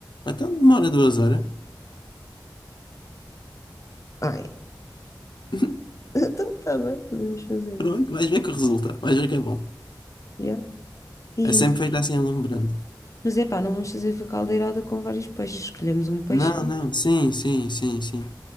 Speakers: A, on the left; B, on the left.
A: Então demora duas horas.
B: Ai,
A: <laughs>
B: <laughs> então está bem, podemos fazer
A: Pronto,
B: isso.
A: vais ver que resulta. Vais ver que é bom.
B: Yeah. E
A: É sempre
B: uma-
A: feito assim alumbrando
B: Mas é pá, não vamos fazer a caldeirada com vários peixes. Escolhemos um peixe.
A: Não, não. Sim, sim, sim, sim.